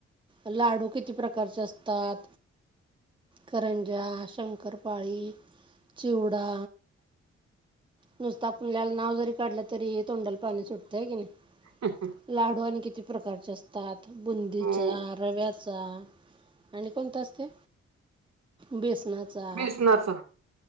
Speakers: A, on the right (about 15°); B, on the right (about 60°).
A: लाडू, किती प्रकारचे असतात. करंजा, शंकरपाळी, चिवडा, नुसत आपल्याला नाव जरी काढलं तरी तोंडाल पाणी सुटतय, हाय कि नाय.
B: हु हु.
A: लाडू आणि किती प्रकारचे असतात. बुंदीचा,
B: हो
A: रव्या चा आणि कोणत असते बेस णाचा
B: बेसनाचा